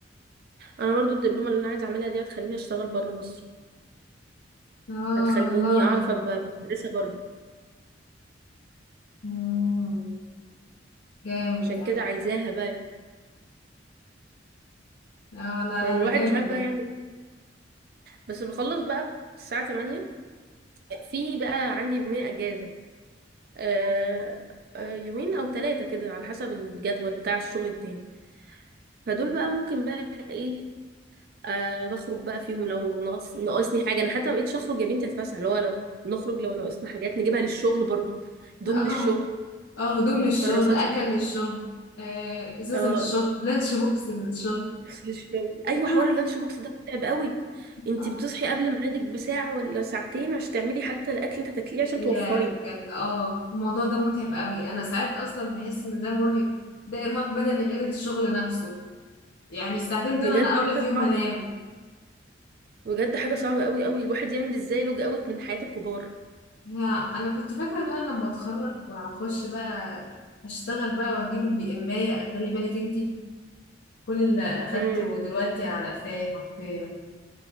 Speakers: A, on the right; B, on the left.
A: أنا برضو الدبلومة اللي أنا عايزة أعملها دي هتخليني أشتغل بره مصر
B: اه
A: هتخليني
B: والله
A: أعرف أبقى مدرسة برضو
B: مم. جامد
A: عشان
B: ده
A: كده عايزاها بقى
B: اه لا
A: الواحد
B: لا ده جامد
A: مش عارف
B: ده
A: بقى يعمل إيه. بس بخلص بقى الساعة 8 في بقى عندي يومين أجازة آه آه، يومين أو ثلاثة كده على حسب الجدول بتاع الشغل التاني فدول بقى ممكن بقى ايه آه بخرج بقى فيهم لو ناقص ناقصني حاجه انا حتى ما بقتش اخرج يا بنتي اتفسح اللي هو لو نخرج لو ناقصنا حاجات نجيبها للشغل برضو دوم
B: اه
A: للشغل
B: اه هدوم للشغل
A: كراسات
B: اكل
A: للشغل
B: للشغل آه ازازه
A: اه
B: للشغل لانش بوكس للشغل
A: لبس للشغل ايوه
B: <laughs>
A: حوار اللانش بوكس ده متعب قوي انتي
B: اه
A: بتصحي قبل ميعادك بساعه ولا ساعتين عشان تعملي حتى الاكل اللي هتاكليه عشان
B: يا
A: توفري
B: بجد اه الموضوع ده متعب قوي انا ساعات اصلا بحس ان ده مرهق ده ارهاق بدني غير الشغل نفسه يعني الساعتين
A: بجد
B: دول انا اولى
A: حاجه
B: فيهم
A: صعبه
B: انام
A: بجد حاجه صعبه قوي قوي الواحد يعمل ازاي لوج اوت من حياه الكبار
B: لا انا كنت فاكره ان انا لما اتخرج واخش بقى هشتغل بقى واجيب البي ام اخدلي بالك انتي كل اللي اخدته
A: امم
B: دلوقتي على قفايا حرفيا